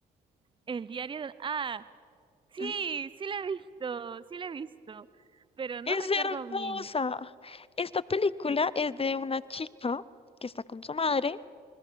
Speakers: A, on the right (about 25°); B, on the left (about 30°).
A: el diario de... Ah, sí,
B: Sí,
A: sí la he visto, sí la he visto, pero no
B: es
A: recuerdo
B: hermosa.
A: bien.
B: Esta película es de una chica que está con su madre